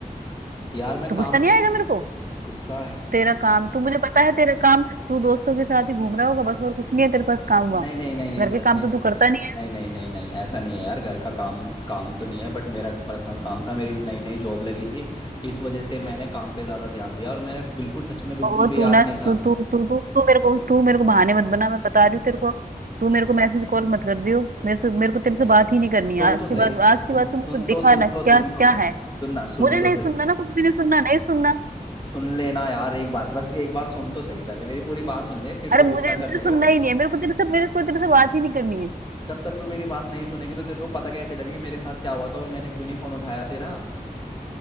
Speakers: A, on the left; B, on the right.
A: यार मैं
B: तो
A: काम
B: गुस्सा नहीं
A: की
B: आएगा मेरे को
A: गुस्सा
B: तेरा काम तू मुझे पता है तेरा काम तू दोस्तों के साथ ही घूम रहा होगा बस और कुछ नहीं है तेरे पास काम वाम
A: नहीं नहीं नहीं नहीं
B: घर
A: सच
B: के काम
A: नहीं
B: तो तू
A: नहीं
B: करता
A: नहीं
B: नहीं है
A: नहीं नहीं नहीं नहीं ऐसा नहीं है यार घर का काम काम तो नहीं है बट मेरा पर्सनल काम था मेरी नई नई जॉब लगी थी इस वजह से मैंने काम पे ज्यादा ध्यान दिया और मेरे बिल्कुल सच में बिल्कुल
B: और
A: भी
B: तू
A: याद
B: ना
A: नहीं
B: तू
A: था
B: तू तू तू तू मेरे को तू मेरे को बहाने मत बना मैं बता रही हूँ तेरे को तू मेरे को मैसेज कॉल मत कर दियो मेरे से मेरे को
A: नहीं
B: तेरे
A: नहीं
B: से बात ही नहीं करनी है
A: सुन
B: आज
A: तो
B: के
A: सही
B: बाद
A: सुन
B: आज
A: सुन
B: के बाद तू मेरे
A: सुन
B: को दिखा
A: तो सुन
B: ना
A: तो
B: क्या
A: सुन
B: क्या
A: तो
B: है
A: सुन ना सुन
B: मुझे नहीं
A: तो सही
B: सुनना ना कुछ भी नहीं सुनना नहीं सुनना
A: सुन लेना यार एक बार बस एक बार सुन तो सही पहले मेरी पूरी बात सुन ले फिर
B: अरे
A: तो
B: मुझे
A: गुस्सा
B: मुझे
A: कर लियो
B: सुनना ही नहीं है मेरे को तेरे से मेरे को तेरे से बात ही नहीं करनी है
A: जब तक तू मेरी बात नहीं सुनेगी तो तेरे को पता कैसे चलेगा कि मेरे साथ क्या हुआ था और मैंने क्यों नहीं फोन उठाया तेरा